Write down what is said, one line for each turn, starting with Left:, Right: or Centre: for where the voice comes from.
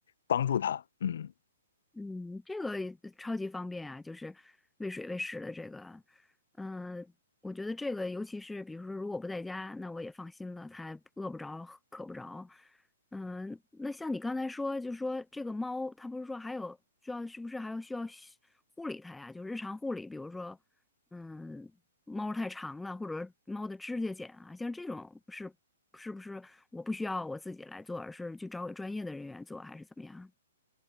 Left: 帮助它，嗯。
Centre: 嗯，这个也超级方便啊，就是喂水喂食的这个，嗯、我觉得这个尤其是比如说如果不在家，那我也放心了，它饿不着，渴不着。嗯、那像你刚才说，就说这个猫，它不是说还有需要，是不是还要需要需护理它呀？就是日常护理，比如说，嗯，猫太长了，或者说猫的指甲剪啊，像这种是是不是我不需要我自己来做，而是去找给专业的人员做，还是怎么样？